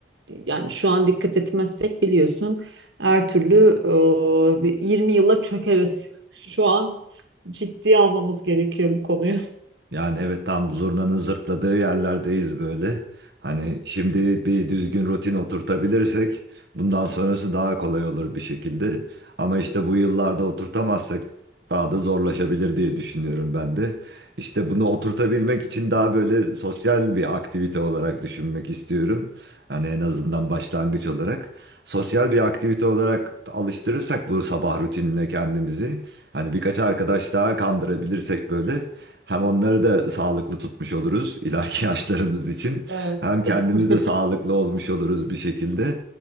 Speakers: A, on the right; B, on the right.
A: yani şu an dikkat etmezsek biliyorsun her türlü e, bir 20 yıla çökeriz. Şu an ciddiye almamız gerekiyor bu konuyu. <laughs>
B: Yani evet tam zurnanın zırtladığı yerlerdeyiz böyle. Hani şimdi bir düzgün rutin oturtabilirsek bundan sonrası daha kolay olur bir şekilde. Ama işte bu yıllarda oturtamazsak daha da zorlaşabilir diye düşünüyorum ben de. İşte bunu oturtabilmek için daha böyle sosyal bir aktivite olarak düşünmek istiyorum. Hani en azından başlangıç olarak. Sosyal bir aktivite olarak alıştırırsak bu sabah rutinine kendimizi. Hani birkaç arkadaş daha kandırabilirsek böyle. Hem onları da sağlıklı tutmuş oluruz ileriki <laughs> yaşlarımız için.
A: Evet.
B: Hem kendimiz
A: <laughs>
B: de sağlıklı olmuş oluruz bir şekilde.